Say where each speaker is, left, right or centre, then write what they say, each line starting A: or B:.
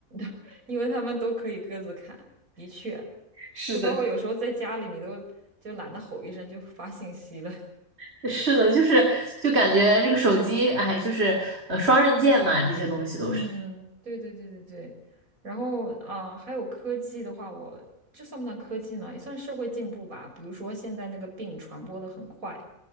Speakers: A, on the right; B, on the right.
A: <laughs> 因为他们都可以各自看。的确，
B: 是的，
A: 就包括有时候在家里，你都就懒得吼一声就发信息了。
B: <laughs> 是的，就是就感觉这个手机，哎，就是呃双刃剑嘛，这些东西都是。
A: 嗯，对对对对对，然后啊、呃还有科技的话，我这算不算科技呢？也算社会进步吧。比如说现在那个病传播的很快，